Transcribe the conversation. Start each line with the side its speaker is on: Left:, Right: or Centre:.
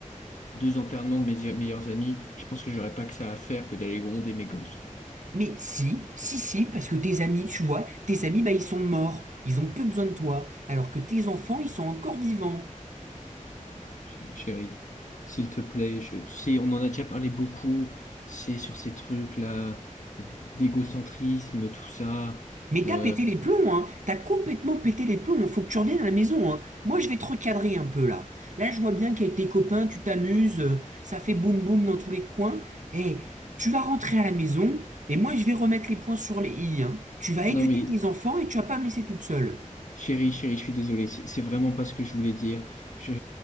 Left: deux enterrements de mes meilleurs amis, je pense que j'aurais pas que ça à faire que d'aller gronder mes gosses.
Right: Mais si, si, si, parce que tes amis, tu vois, tes amis, bah, ils sont morts, ils ont plus besoin de toi, alors que tes enfants, ils sont encore vivants.
Left: Ch- Chérie, s'il te plaît, je, tu sais, on en a déjà parlé beaucoup, tu sais, sur ces trucs-là, euh, d'égocentrisme, tout ça.
Right: Mais t'as
Left: Euh,
Right: pété les plombs, hein, t'as complètement pété les plombs, faut que tu reviennes à la maison, hein. Moi, je vais te recadrer un peu là. Là, je vois bien qu'avec tes copains, tu t'amuses, euh, ça fait boum boum dans tous les coins. Et tu vas rentrer à la maison, et moi, je vais remettre les points sur les i, hein. Tu vas éduquer
Left: non mais
Right: tes enfants et tu vas pas me laisser toute seule.
Left: Chérie, chérie, je suis désolé, c'est c'est vraiment pas ce que je voulais dire. Je,